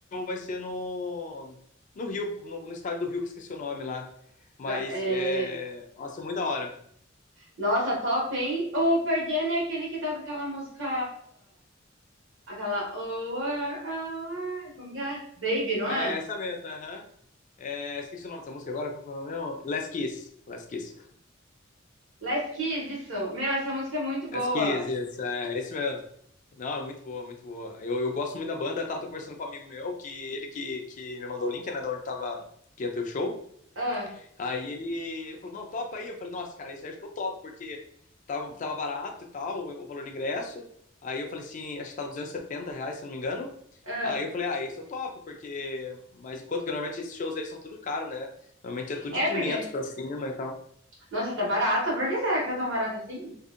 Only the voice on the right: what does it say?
ga- é,
Nossa, top, hein? O Pearl Jam é aquele que toca aquela música. Aquela. Oh, oh, oh, oh, como que é? Baby, não
é?
Last Kiss, isso. Meu, essa música é muito boa.
Ah,
ah.
É
porque.
Nossa, tá barato? Por que será que tá tão barato assim?